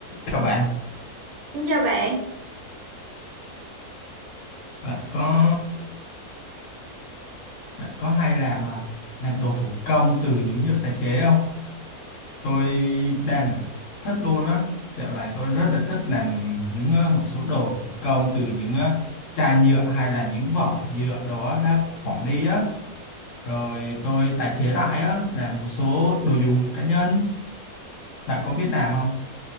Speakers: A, on the left; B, on the right.
A: Chào bạn,
B: Xin chào bạn,
A: bạn có bạn có hay làm à, làm đồ thủ công từ những nhựa tái chế không? Tôi đang là thích luôn á. Dạo này tôi rất là thích làm những ờ, một số đồ thủ công từ những ờ, chai nhựa hay là những vỏ nhựa đồ á, đã bỏ đi á. Rồi tôi tái chế lại á, làm một số đồ dùng cá nhân. Bạn có biết làm không?